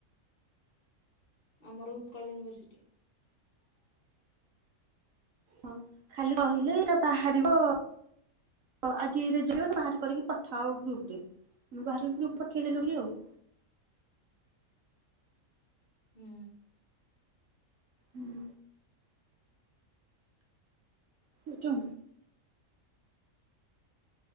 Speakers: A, on the left; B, on the right.
A: ଆମର ଉତ୍କଳ ୟୁନିଭର୍ସିଟି
B: ହଁ ଖାଲି କହିଲେ ଏଟା ବାହାରିବ। ହ ଆଜି ଏଇ ରେ ଜରିଅ ତ ବାହାର କରିକି ପଠାଅ ଗ୍ରୁପ୍ ରେ ଉଁ ବାହାର ଗ୍ରୁପ୍ ପଠେଇ ଦେଲୁ ଲି ଆଉ।
A: ହୁଁ।
B: ହୁଁ। ସେଟୁ